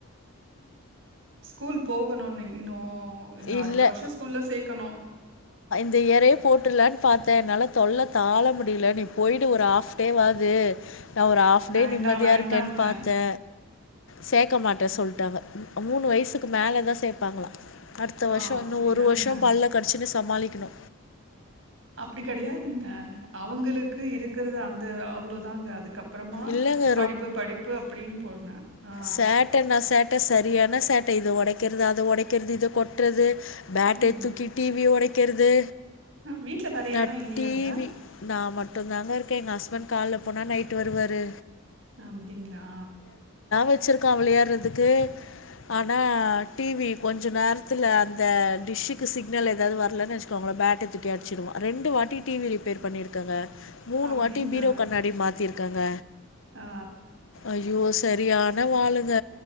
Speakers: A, on the right; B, on the left.
A: ஸ்கூல் போகணுன்னு இன்னு இன்னு
B: இல்லை
A: அடுத்த வருஷோ ஸ்கூல்ல சேர்க்கணு
B: த்த எறய போட்டர்லான்னு பாத்தே என்னால தொல்ல தாள முடியலனு போயிடு ஒரு ஆஃப் டேவாது நா ஒரு ஆஃப் டே
A: வேண்டா
B: நிம்மதியா
A: வேண்டாங்க
B: இருக்கேன்னு பாத்தே சே ர்க்க மாட்ட சொல்ட்டாங்க மூணு வயசுக்கு மேலதா சேப் பாங்லா அடுத்த வருசோ
A: ஆ அப்டிதாங்க
B: இன்னு ஒரு வருசோ பல்ல கடிச்சீன்னு சமாளிக்கணு
A: அப்டி கெடயாதுங்க அவுங்களுக்கு இருக் இருக்கறது அந்த அவ்ளோ தாங்க அதுக்கப் அப்றமா
B: இல்லைங்க
A: படிப்பு படிப்பு அப்டின்னு போடுனே ஆ
B: சேட்ட நா சேட்ட சரியான சேட்ட இத ஒடக்கிறது அத ஒடக்கிறது இத கொட்டுறது பேட்ட
A: ம்
B: தூக்கி டீவிய ஒடைக் கிறது
A: வீட்ல வேற
B: நா
A: யாரு இல்லையாங்க
B: டீ வி நாம மட்டுந்தாங்க இருக்கே எங்க ஹஸ்பண்ட் கால்ல போனா நைட்டு வருவாரு
A: அப்டிங்களா
B: வச்சிருக்கா வெளையாடுறதுக்கு ஆனா டிவி கொஞ்சோ நேரத்ல அந்த டிஷ்க்கு சிக்னல் ஏதாது வரலன்னு வச்கோங்கலே பேட்ட தூக்கி அடிச்சிடுவா ரெண்டு வாட்டி டி வி ரிப்பேர் பண்ணிருக்கேங்க மூணு
A: அப்டிங்களா?
B: வாட்டி பீரோ கண்ணாடி மாத்திருக்கேங்க
A: ஆ
B: ஐயோ சரியா வாளுங்க